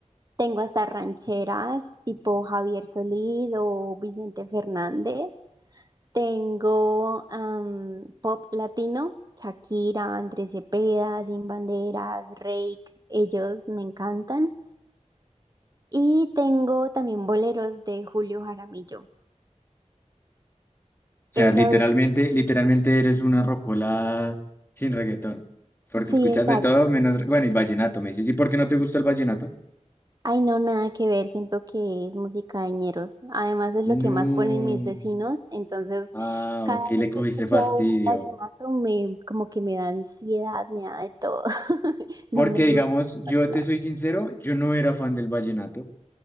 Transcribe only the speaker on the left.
O sea,
literalmente,
literalmente eres una rocola sin reggaetón, porque
escuchas
de todo menos, bueno, y vallenato, me dices, ¿y por qué no te gusta el vallenato?
No.
Ah,
ok,
le
cogiste
fastidio.
Porque,
digamos, yo
te soy sincero, yo no era fan del vallenato,